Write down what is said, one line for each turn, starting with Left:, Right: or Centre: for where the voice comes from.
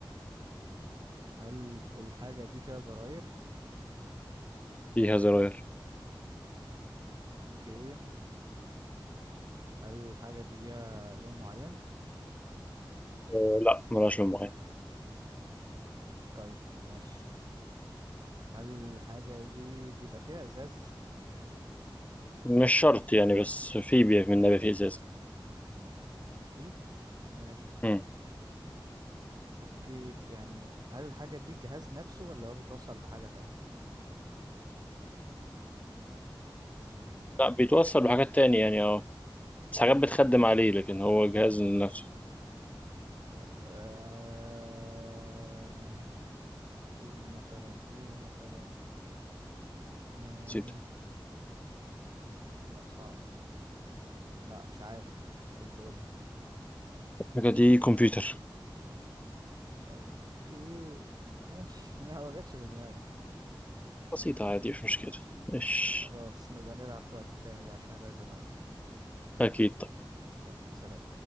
Right: هل الحاجة دي فيها زراير
Left: فيها زراير
Right: اوكي هل الحاجة دي ليها لون معين
Left: أه لا ملهاش لون معين
Right: طيب ماشي هل الحاجة دي بيبقى فيها ازاز
Left: مش شرط يعني بس في بي- من نبات في إزازة
Right: م- يعني فيه ماشي
Left: مم.
Right: اوكي يعني هل الحاجة دي جهاز نفسه ولا هو بيتوصل بحاجة تانية يعني
Left: لا بيتوصل بحاجات تانية يعني أه بس حاجات بتخدم عليه لكن هو جهاز لنفسه
Right: آه ايه مثلا ايه مثلا آه
Left: بسيطة
Right: لا صعبة لا مش عارف ممكن تقولي
Left: الحاجة دي كمبيوتر
Right: آم، اوكي ماشي <laughs> لا ما جاتش في دماغي
Left: بسيطة عادي مش مشكلة إيش
Right: خلاص نبقى نلعب في وقت تاني بقى عشان لازم اقفل
Left: أكيد
Right: يلا سلام